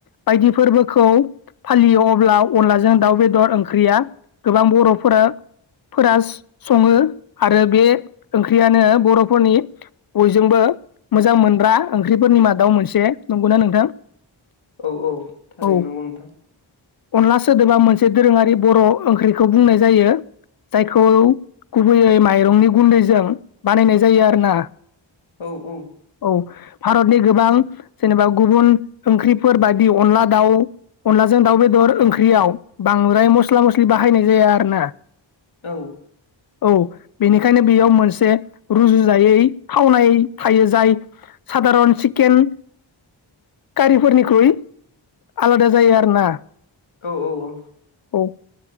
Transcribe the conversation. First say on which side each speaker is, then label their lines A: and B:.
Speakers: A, on the left; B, on the left.
A: बायदि फोरबोखौ फालियो अब्ला अनलाजों दाउ बेदर ओंख्रिया गोबां बर'फोरा फोरास संयो आरो बे ओंख्रियानो बर'फोरनि बयजोंबो मोजां मोनग्रा ओंख्रिफोरनि मादाव मोनसे नंगौना नोंथां?
B: औ औ थारैनो
A: औ
B: नंगौ नोंथां।
A: अनला सोदोबा मोनसे दोरोङारि बर' ओंख्रिखौ बुंनाय जायो। जायखौ गुबैयै माइरंनि गुन्दैजों बानायनाय जायो आरोना।
B: औ औ।
A: औ भारतनि गोबां जेनेबा गुबुन ओंख्रिफोर बायदि अनला दाउ। अनलाजों दाउ बेदर ओंख्रियाव बांद्राय मस्ला मस्लि बाहायनाय जाया आरो ना।
B: औ
A: औ बेनिखायनो बेयाव मोनसे रुजुजायै थावनाय थायो जाय सादारन चिकेन कारिफोरनिख्रुइ आलादा जायो आरो ना।
B: औ औ औ।
A: <inaudible>